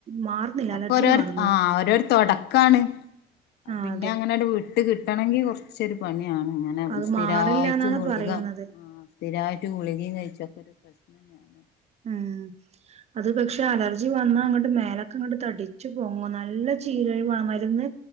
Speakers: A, on the right (about 40°); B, on the left (about 75°).
A: മാറുന്നില്ല
B: ഒക്കെരോരു
A: അലർജി മാറുന്നില്ല
B: ആ ഓരോരു തൊടക്കാണ്
A: ആഹ്
B: പിന്നെ
A: അതെ
B: അങ്ങനെ ഒരു വിട്ട് കിട്ടണെങ്കി കുറച്ചൊരു പണി ഇങ്ങനെ
A: അത്
B: സ്ഥിരായിട്ട്
A: മാറില്ല എന്നാണ്
B: ഗുളിക
A: പറയുന്നത്
B: ആ സ്ഥിരായിട്ട് ഗുളികയും കഴിച്ച് ഇര പ്രശ്നഞാണ്
A: ഉം അത് പക്ഷെ അലർ ഇരുചി വന്നാ അങ്ങോട്ട് മേലൊക്കെ അങ്ങോട്ട് തടിച്ചു പോൊങ്ങും നല്ല ചീരഴി വണം മരുന്ന്